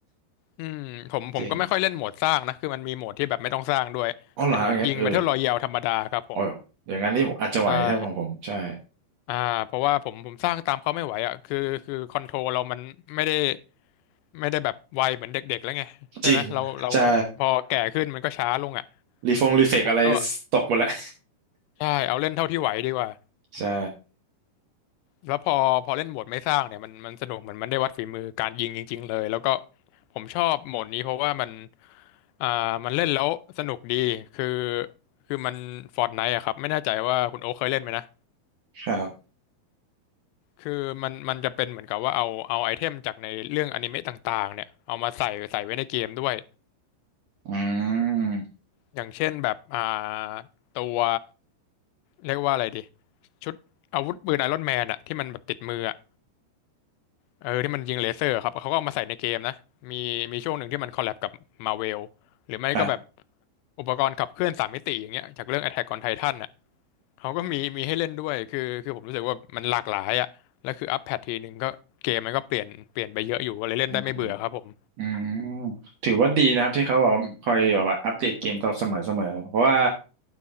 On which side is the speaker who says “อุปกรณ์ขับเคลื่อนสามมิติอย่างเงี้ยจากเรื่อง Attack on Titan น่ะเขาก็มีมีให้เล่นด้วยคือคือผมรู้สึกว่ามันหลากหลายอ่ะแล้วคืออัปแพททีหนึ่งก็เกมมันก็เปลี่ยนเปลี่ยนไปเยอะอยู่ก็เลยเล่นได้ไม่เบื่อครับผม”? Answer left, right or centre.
Left